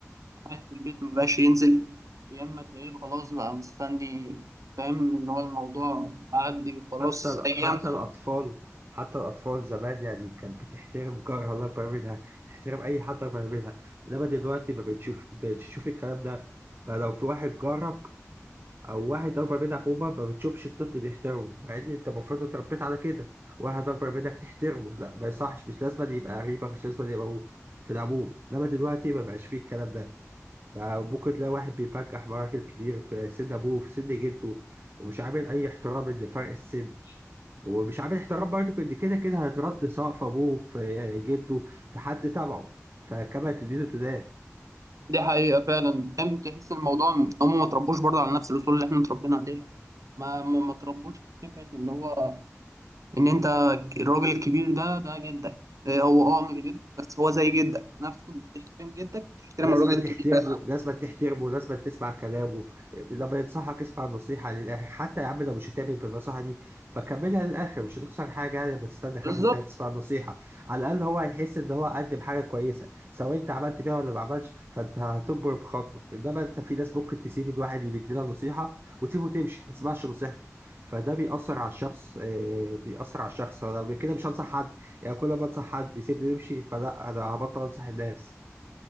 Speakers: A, on the right (about 80°); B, on the right (about 45°).
A: قاعد في البيت ما بقاش ينزل يا إما تلاقيه خلاص بقى مستني فاهم إن هو الموضوع معدي وخلاص
B: حتى ال-
A: أيام
B: حتى الأطفال حتى الأطفال زمان يعني كانت بتحترم جارها الله أكبر منها تحترم أي حد أكبر منها إنما دلوقتي ما بتشوف بتشوف الكلام ده فلو في واحد جارك أو واحد أكبر منك عموما ما بتشوفش الطفل بيحترمه مع إن أنت المفروض اتربيت على كده واحد أكبر منك تحترمه لا ما يصحش مش لازم أن يبقى قريبك مش لازم أن يبقى هو في العموم إنما دلوقتي ما بقاش فيه الكلام ده فممكن تلاقي واحد بيبجح مراكز كبير في سن ابوه في سن جده ومش عامل اي احترام لفرق السن ومش عامل احترام برضه ان كده كده هيترد سواء في ابوه في جده في حد تبعه فكما تدين تدان
A: دي حقيقة فعلا فاهم تحس الموضوع إن هم ما اتربوش برضه على نفس الأصول اللي احنا اتربينا عليها ما ما ما اتربوش على فكرة اللي هو إن أنت الراجل الكبير ده ده جدك إيه هو أه مش جدك بس هو زي جدك نفس ما تحترم جدك تحترم
B: لازم
A: الراجل
B: تحترمه
A: الكبير ده
B: لازم تحترمه لازم تسمع كلامه لما ينصحك اسمع النصيحة للآخر حتى يا عم لو مش هتعمل بالنصيحة دي فكملها للآخر مش هتخسر حاجة يعني لما تستنى خمس
A: بالظبط
B: دقايق تسمع النصيحة على الأقل هو هيحس إن هو قدم حاجة كويسة سواء أنت عملت بيها ولا ما عملتش فأنت هتكبر بخاطره إنما أنت في ناس ممكن تسيب الواحد اللي بيدينا نصيحة وتسيبه تمشي ما تسمعش نصيحته فده بيأثر على الشخص إيه، بيأثر على الشخص فأنا كده مش هنصح حد يعني كل ما انصح حد يسيبني ويمشي فلا انا هبطل انصح الناس